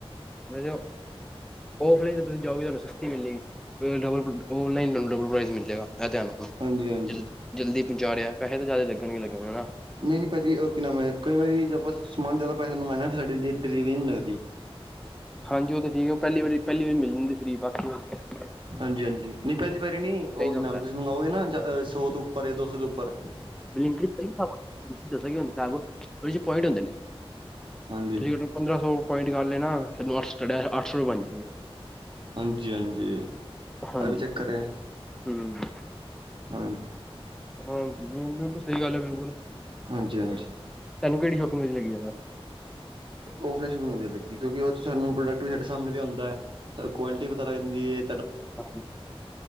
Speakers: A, in the centre; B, on the right.
A: ਮੈਂ ਔਫਲਾਈਨ ਤਾਂ ਤੁਸੀਂ ਜਾਓਗੇ ਤੁਹਾਨੂੰ ਸਸਤੀ ਮਿਲੇਗੀ ਡਬਲ ਔਨਲਾਈਨ ਤੁਹਾਨੂੰ ਡਬਲ ਪਰਾਈਜ਼ ਮਿਲਜੇਗਾ। ਇਹ ਧਿਆਨ ਰੱਖਣਾ
B: ਹਾਂਜੀ ਹਾਂਜੀ
A: ਜਲ ਜਲਦੀ ਪਹੁੰਚਾਰਿਐ। ਪੈਸੇ ਤਾਂ ਜਾਦੇ ਲਗਣਗੇ ਹੀ ਲੱਗਣਗੇ। <inaudible>
B: ਨਹੀਂ-ਨਹੀਂ ਭਾਜੀ ਕਿ ਨਾਮ ਐ ਕਈ ਵਾਰੀ ਸਮਾਨ ਜਾਦਾ ਪਾਇਆ ਮੈ ਥਰੈਡਿੰਗ ਡਰੀ ਵੀ ਨੀ ਲੱਗਦਾ <inaudible>
A: ਹਾਂਜੀ ਉਹ ਤਾਂ ਠੀਕ ਆ ਪਹਿਲੀ ਵਾਰੀ ਪਹਿਲੀ ਵਾਰੀ ਮਿਲ ਮੈਨੂੰ ਰੱਖਣੀ ਬਾਕੀ ਹੋ ਗਿਆ।
B: ਹਾਂਜੀ-ਹਾਂਜੀ ਨਹੀਂ ਪਹਿਲੀ ਵਾਰੀ ਨੀ ਉਹ ਮ
A: ਹੁੰਦਾ
B: ਮੰਗਾਓਗੇ ਨਾ ਆ ਸੋ ਤੋਂ ਉੱਪਰ ਦੋ ਸੌ ਤੋਂ ਉਪ ਪਰ
A: <inaudible> ਬਲਿੰਕਟ ਤਰੀਕਾ ਬਹੁ ਵਧੀਆ ਉਹਦੇ ਚ ਪੁਆਇੰਟ ਹੁੰਦੇ ਨੇ
B: ਹਾਂਜੀ
A: ਜਿਵੇ ਪੰਦਰਾਂ ਸੌ। ਪੁਆਇੰਟ ਕਰ ਲੈਣਾ ਤੈਨੂੰ ਅੱਠ ਸੌ ਸਾਢੇ ਅੱਠ ਸੌ ਬਣਜੂ।
B: ਹਾਂਜੀ-ਹਾਂਜੀ
A: ਹਾਂਜੀ
B: ਆ ਵੀ ਚੱਕਰ ਹੈ।
A: ਹੂੰ।
B: ਹਾਂਜੀ
A: ਹਾਂਜੀ ਬਿਲਕੁਲ ਸਹੀ ਗੱਲ ਹੈ ਬਿਲਕੁਲ
B: ਹਾਂਜੀ-ਹਾਂਜੀ।
A: ਤੈਨੂੰ ਕਿਹੜੀ ਸ਼ੋਪਿੰਗ ਵਿੱਚ ਲੱਗੀ ਜਾ ਗਾ
B: ਔਫਲਾਈਨ ਸ਼ੋਪਿੰਗ ਵਧੀਆ ਲੱਗੀ ਕਿਉਂਕਿ ਉਹ ਸਾਨੂੰ ਪ੍ਰੋਡਕਟ ਵੀ ਸਾਡੇ ਸਾਹਮਣੇ ਵੀ ਆਉਂਦਾ ਹੈ ਕੁਆਲਿਟੀ ਪਤਾ ਲੱਗ ਜਾਂਦੀ ਏ।
A: ਹਾਂਜੀ